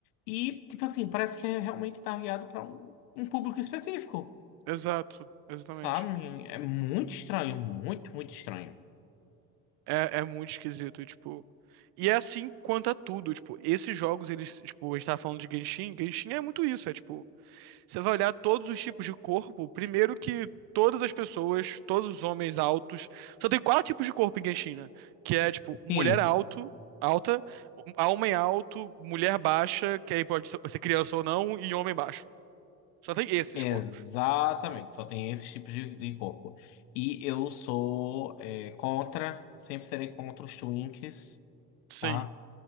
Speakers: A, on the left; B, on the right.
A: E, tipo assim, parece que é realmente targeado para um, um público específico,
B: exato, exatamente.
A: sabe? É muito estranho, muito, muito estranho.
B: É, é muito esquisito, e, tipo... E é assim quanto a tudo, tipo, esses jogos, eles, tipo, a gente tava falando de Genshin, Genshin é muito isso, é tipo, Você vai olhar todos os tipos de corpo. Primeiro que todas as pessoas, todos os homens altos. Só tem quatro tipos de corpo em Genshin, né? Que é, tipo, mulher
A: Sim.
B: alto, alta, homem alto, mulher baixa, que aí pode ser criança ou não, e homem baixo. Só tem esses
A: Exatamente,
B: corpos.
A: só tem esses tipos de, de corpo. E eu sou é, contra, sempre serei contra os twinks,
B: Sim.
A: tá?